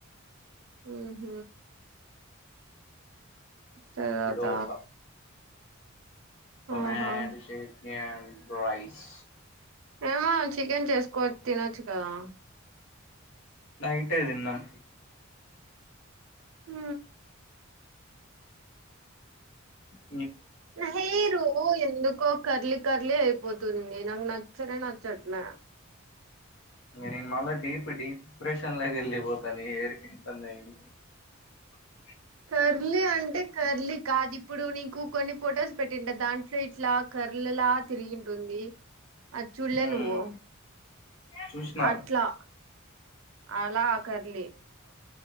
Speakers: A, on the right (about 85°); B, on the left (about 75°).
A: ఉ హ తర్వాత
B: దోస టమాటో
A: ఆహా
B: చట్నీ రైస్.
A: ఏమో చికెన్ చేసుకోచ్చ తినొచ్చు కదా
B: నైటే తిన్నాం.
A: ఉ
B: ఉ
A: హేరు ఎందుకు ఎందుకో కర్లీ కర్లీ అయిపోతుంది నాకు నచ్చనే నచ్చట్లే
B: ఇక నేను మళ్ళీ డీప్ డీప్ర్రెషన్ కి వెళ్ళిపోతాను ఏడిపిస్తా నే ఉ హు
A: కర్లీ అంటే కర్లీ కాదు ఇప్పుడు నీకు కొన్ని ఫొటోస్ పెట్టింట దాంట్లో ఇట్లా కరళలా తిరిగింటుంది ఆది చూడలే
B: మ్మ్
A: నువ్వు
B: చూసినా
A: అట్లా అలా ఆకర్లి